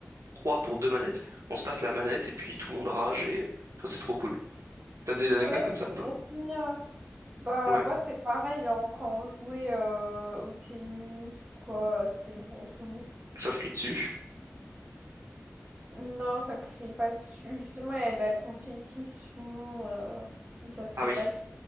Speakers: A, on the right; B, on the right.
A: Trois pour deux manettes. On se passe la manette et puis tout le monde rage et ça, c'est trop cool. T'as des anecdotes
B: Ouais,
A: comme ça ou pas?
B: c'est un souvenir. hein. Bah,
A: Ouais.
B: moi,
A: Ça
B: c'est pareil, hein, quand on jouait euh, au tennis ou quoi, euh, c'était de bons souvenirs.
A: se s'inscrit dessus.
B: Non, ça ne crée pas dessus. Justement, il y a de la compétition, euh, mais ça se crée
A: Ah oui.
B: pas dessus.